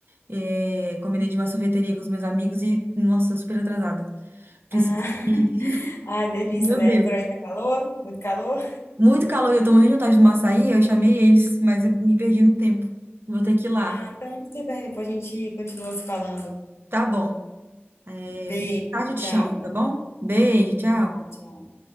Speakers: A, on the right; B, on the left.
A: É, combinei de uma sorveteria com os meus amigos e, nossa, super atrasada. Preciso
B: Ah, <laughs>
A: ir.
B: ah, delícia,
A: <laughs> Meu
B: né?
A: Deus.
B: Por aí tá calor? Muito calor?
A: Muito calor, e eu tô morrendo de vontade de tomar açaí. Eu chamei eles, mas eu me perdi no tempo. Vou ter que ir lá.
B: Ah, então tudo bem, depois a gente continua se falando.
A: Tá bom. É,
B: Beijo,
A: Tarde eu te
B: tchau.
A: chamo, tá bom? Beijo, tchau.
B: Tá bom, tchau.